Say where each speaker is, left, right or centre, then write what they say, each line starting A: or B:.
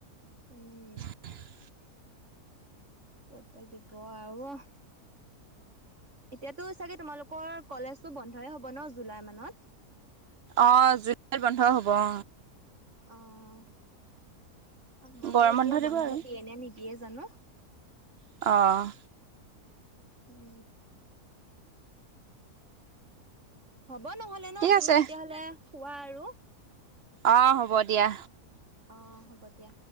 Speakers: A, on the right; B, on the right.
A: উম,
B: <inaudible>
A: ৰ'দ দাল দিব আৰু ন। এতিয়াতো চাগে তোমালোকৰ কলেজতো বন্ধই হ'ব ন জুলাই মানত।
B: অ জুলাইত বন্ধ হব অ
A: অ আমাৰো
B: গৰম
A: এতিয়া
B: দিব
A: বন্ধ
B: আৰু
A: দিয়ে নে নিদিয়ে জানো
B: অ
A: উম হ'ব নহলে ন
B: ঠিক
A: তুমি
B: আছে।
A: তেতিয়াহলে শুৱা আৰু
B: অ হ'ব দিয়া
A: অ হ'ব দিয়া